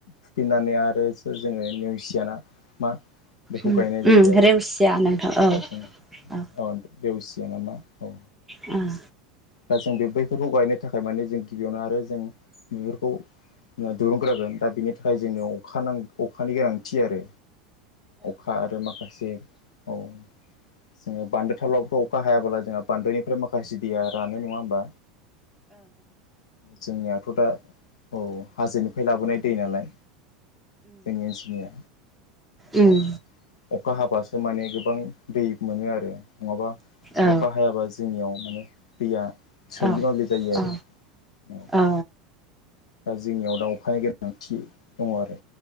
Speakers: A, on the left (about 65°); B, in the centre.
A: फुफिनानै आरो जोङो नेवसि याना मा बेखौ
B: उम
A: गायनाय
B: उम
A: जायो आरो
B: रेवसिया नोंथां औ
A: दा जों
B: औ
A: देवसिया ना मा औ
B: ओम
A: दा जों बे बैफोरखौ गायनो थाखाय माने जों गिबियावनो आरो जों बेफोरखौ दिरुंग्रागोन दा बेनि थाखाय जोंनो अखा अखानि गोनांथि आरो अखा आरो माखासे औ जोङो बानदो थाबला अखा हायाब्ला जोंहा बानदोनिफ्राय माखासे दैया रानो नङा होमबा जोंनियाथ' दा औ हाजोनिफ्राय लाबोनाय दै नालाय जोंनि ओनसोलनिया
B: ओम
A: औ अखा हाबासो माने गोबां दै मोनो आरो नङाबा
B: औ
A: अखा हायाबा जोंनियाव माने दैया थोब्लि
B: औ
A: माब्लि जायो आरो
B: औ
A: ओम
B: औ
A: दा जोंनियाव दा अखानि गोनांथि दङ आरो